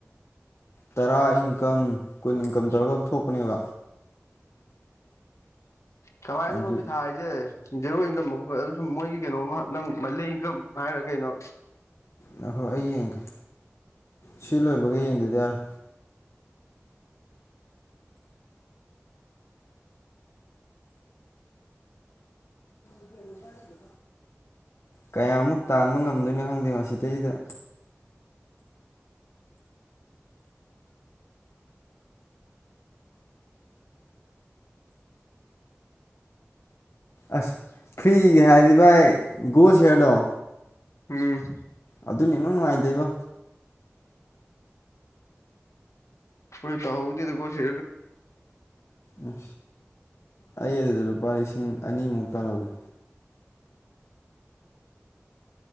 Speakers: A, on the left (about 70°); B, on the left (about 85°).
A: ꯇꯔꯥ ꯏꯟꯀꯝ ꯀꯨꯟ ꯏꯟꯀꯝ ꯇꯧꯔꯒ ꯑꯃ ꯊꯣꯛꯄꯅꯦꯕ
B: ꯊꯋꯥꯥꯏꯅꯤ
A: ꯑꯗꯨ
B: ꯃꯃꯤ ꯊꯥꯏꯖꯦ ꯖꯦꯔꯣ ꯏꯟꯀꯝ ꯑꯃꯛ ꯑꯗꯨ ꯁꯨꯝ ꯃꯣꯏꯒꯤ ꯀꯩꯅꯣꯝ ꯅꯪ ꯃꯜꯂꯤ ꯏꯟꯀꯝ ꯍꯥꯏꯔ ꯀꯩꯅꯣ
A: ꯅꯈꯣꯏ ꯑꯩ ꯌꯦꯡꯒꯦ ꯁꯤ ꯂꯣꯏꯕꯒ ꯌꯦꯡꯗꯣꯏꯗꯤ ꯌꯥꯔꯣꯏ ꯀꯩꯅꯦ ꯀꯌꯥꯃꯨꯛ ꯇꯥꯟꯕ ꯉꯝꯗꯣꯏꯅꯣ ꯈꯪꯗꯦ ꯃꯁꯤꯗꯩꯁꯤꯗ ꯑꯁ ꯐ꯭ꯔꯤꯒꯦ ꯍꯥꯏꯔꯗꯤ ꯚꯥꯏ ꯒꯣꯁ ꯍꯌꯥꯔꯗꯣ
B: ꯑꯝ
A: ꯑꯗꯨꯅꯦ ꯅꯪ ꯅꯨꯡꯉꯥꯏꯗꯣꯏꯕꯣ
B: ꯐꯣꯏ ꯇ ꯍꯗꯗꯒꯣꯁꯤ
A: ꯎꯝ ꯑꯩ ꯑꯗꯨꯗ ꯂꯨꯄꯥ ꯂꯤꯁꯤꯡ ꯑꯅꯤꯃꯨꯛꯇ ꯂꯧꯏꯦ